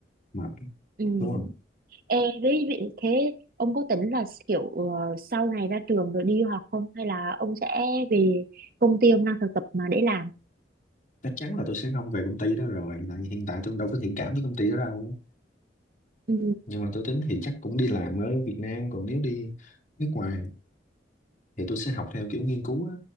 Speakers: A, on the left; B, on the right.
A: mà
B: Ừ.
A: đúng không
B: Ê, đấy, vậy thế ông có tính là kiểu ờ, sau này ra trường rồi đi du học không hay là ông sẽ về công ty ông đang thực tập mà để làm
A: chắc chắn là tôi sẽ không về công ty đó rồi tại vì hiện tại tôi đâu có thiện cảm với công ty đó đâu
B: ừ.
A: nhưng mà tôi tính thì chắc cũng đi làm ở Việt Nam còn nếu đi nước ngoài thì tôi sẽ học theo kiểu nghiên cứu á